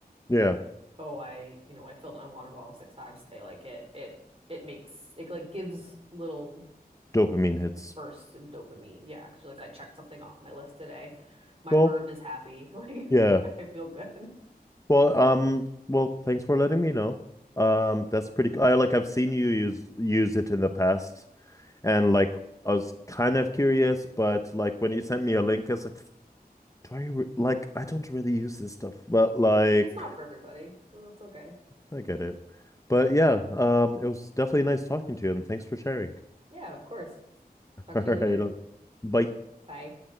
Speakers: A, on the left; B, on the right.
A: Yeah.
B: oh I you know I filled my water bottle six times today, like it it it makes it like gives little
A: Dopamine hits.
B: bursts of dopamine. Yeah, because you're like I checked something off my list today. My
A: Well,
B: burb is happy. <laughs>
A: yeah.
B: Like I feel good.
A: Well, um, well, thanks for letting me know. Um, that's pretty cool. I like I've seen you use use it in the past and like I was kind of curious, but like when you sent me a link, it's like, do I re like I don't really use this stuff, but like
B: It's not for everybody. Well, that's okay.
A: I get it. But yeah, um, it was definitely nice talking to you, and thanks for sharing.
B: Yeah, of course.
A: <laughs>
B: Talk
A: All
B: to you later.
A: right, um, bye.
B: Bye.